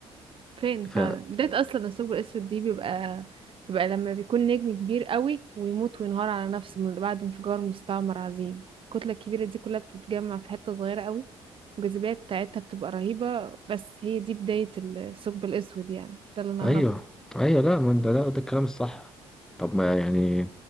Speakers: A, on the right; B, in the centre.
A: فين
B: ف
A: فعلا بداية اصلا الثقب الاسود دي بيبقى بيبقى لما بيكون نجم كبير قوي ويموت وينهار على نفسه من بعد انفجار مستعمر عظيم الكتلة الكبيرة دي كلها بتتجمع في حتة صغيرة قوي الجاذبية بتاعتها بتبقى رهيبة بس هي دي بداية الثقب الاسود يعني ده اللي نعرفه
B: ايوه ايوه لا ما انت لا ده الكلام الصح طب ما يعني